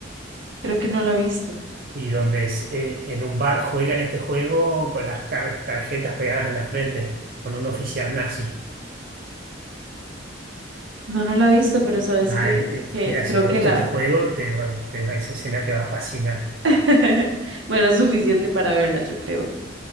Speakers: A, on the right (about 70°); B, on the right (about 50°).
A: creo que no la he visto.
B: y donde es, eh, en un bar juegan este juego con las car- tarjetas pegadas en la frente, con un oficial nazi.
A: No, no la he visto, pero sabes
B: Ay,
A: que,
B: es-
A: que
B: mira, si
A: creo
B: te
A: que
B: gusta
A: la...
B: este juego, te va- te va- esa escena te va a fascinar.
A: <laughs> Bueno, es suficiente para verla, yo creo.